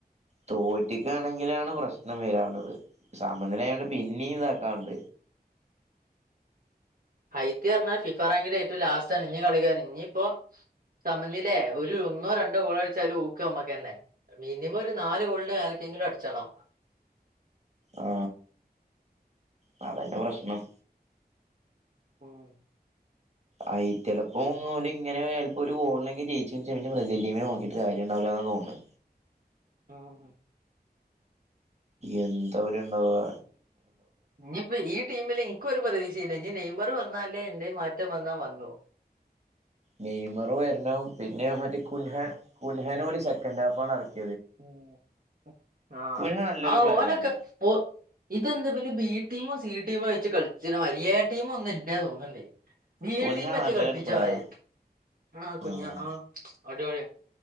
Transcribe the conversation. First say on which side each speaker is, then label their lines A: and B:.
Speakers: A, on the right; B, on the right.
A: തോറ്റിക്കാണെങ്കിലാണ് പ്രശ്നം വരാൻ ഉള്ളത് സമനിലായൊണ്ട്
B: ഉം
A: പിന്നെയും ത <unintelligible>
B: ഹൈത്തി പറഞ്ഞാ ഫിഫ റാങ്കിലെ ഏറ്റവും ലാസ്റ്റണ് ഇനി കളിക്കാരൻ ഇനിയിപ്പോ സമനിലെ ഒരു ഒന്നോ രണ്ടോ ഗോളടിച്ചലും ഊക്ക് അമ്മക്കന്നെ പി ഇനിപ്പോ ഒരു നാല് ഗോളിന്റെ ആര്ക്കെങ്കിലും അടിച്ചണം
A: ആ ആ അതന്നെ പ്രശ്നം
B: <inaudible>
A: അയ്റ്റെൾടോപ്പും ഒന്നുലെ ഇങ്ങനെ ചിലപ്പോ ഒരു ഗോളിനെങ്കി ജയിച്ചുനേച്ച പിന്നെ ബ്രസീൽ ടീമിന നോക്കിട്ട് കാര്യണ്ടാവില്ല എന്ന് തോന്നണ്
B: <inaudible>
A: എന്താ ഓല് ഇണ്ടാവാ
B: ഇങ്ങളിപ്പ ഈ ടീമില് ക്ക് ഒരു പ്രതീക്ഷയില്ല ഇനി നെയ്മർ വന്ന ല്ലേ എന്തെ മാറ്റം വന്നാ വന്നു
A: നെയ്മർ വരണവും പിന്നെ മറ്റേ കുൻഹൻ കുൻഹാനോലി സെക്കൻഡ് ഹാഫണ് ഇറക്കി
B: ഉം ആ
A: കുൻഹ നല്ലൊരു
B: ആ
A: പ്ലെയറാട്ടോ
B: ഓനൊക്കെ ഓ ഇതെന്താ ഇവല് ബി ടീമ സി ടീം വെച്ച് കളിച്ചിന മാരി എ ടീം ഒന്നും ഇല്ല തോന്നണ്ട് ബി
A: കുൻഹ
B: എ ടീം വച്ച്
A: നല്ലൊരു
B: കളിപ്പിച്ച
A: പ്ലെയറാ
B: മര്യായി ആ കുഞ്ഞ
A: ആഹ്
B: ആ അടി പൊളിയാ